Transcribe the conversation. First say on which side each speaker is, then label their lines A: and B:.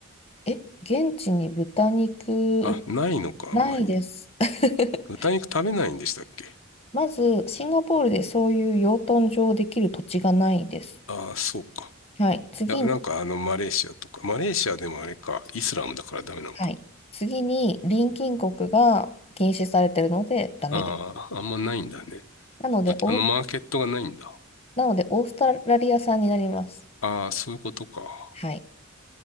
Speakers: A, on the left (about 25°); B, on the left (about 65°).
A: え、現地に豚肉
B: あ、ないのか、
A: ないです。
B: あんまり。
A: <laughs>
B: 豚肉食べないんでしたっけ
A: まず、シンガポールでそういう養豚場できる土地がないです。
B: ああそうか。
A: はい。次に、
B: いや、なんかあの、マレーシアとか。マレーシアでもあれか、イスラムだからダメなのか
A: はい。次に、隣近国が禁止されてるので、ダメです。
B: な。ああ、あんまないんだね。
A: なので、
B: 豚のマーケットがないんだ。
A: オースなので、オーストラリア産になります。
B: ああ、そういうことか。
A: はい。